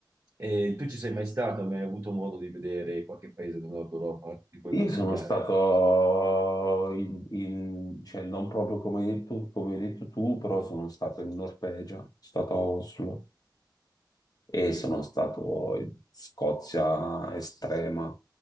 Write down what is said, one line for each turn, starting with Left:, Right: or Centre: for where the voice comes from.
Right: E tu ci sei mai stato? Ma Hai avuto modo di vedere qualche paese del nord Europa che puoi
Left: Io
Right: consigliare?
Left: sono stato in, in- cioè non proprio come hai detto, come hai detto tu, però sono stato in Norvegia, sono stato a Oslo e sono stato in Scozia estrema,